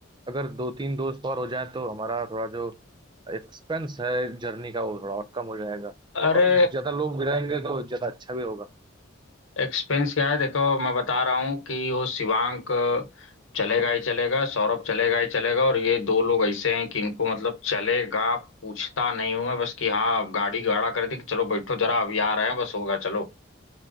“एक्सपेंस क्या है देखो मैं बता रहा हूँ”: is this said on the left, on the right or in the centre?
Left